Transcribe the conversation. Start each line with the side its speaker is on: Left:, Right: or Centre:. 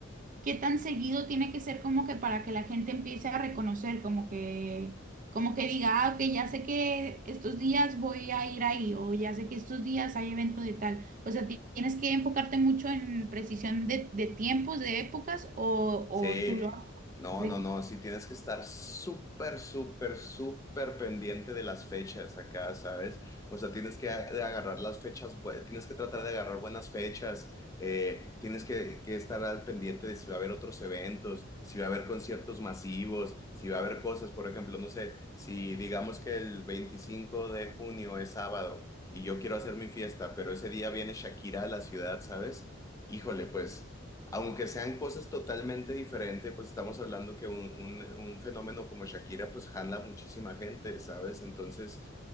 Right: qué tan seguido tiene que ser como que para que la gente empiece a reconocer, como que, como que diga, ah, ok, ya sé que estos días voy a ir ahí, o ya sé que estos días hay evento de tal. O sea, ti- tienes que enfocarte mucho en precisión de, de tiempos, de épocas, o,
Left: Sí,
Right: o tú lo haces.
Left: no, no, no, sí tienes que estar súper, súper, súper pendiente de las fechas acá, ¿sabes? O sea, tienes que a- de agarrar las fechas, bue- tienes que tratar de agarrar buenas fechas, eh, tienes que, que estar al pendiente de si va a haber otros eventos, si va a haber conciertos masivos, si va a haber cosas, por ejemplo, no sé, si digamos que el 25 de junio es sábado y yo quiero hacer mi fiesta, pero ese día viene Shakira a la ciudad, ¿sabes? Híjole, pues... Aunque sean cosas totalmente diferentes, pues estamos hablando que un, un- un fenómeno como Shakira pues jala muchísima gente, ¿sabes? Entonces,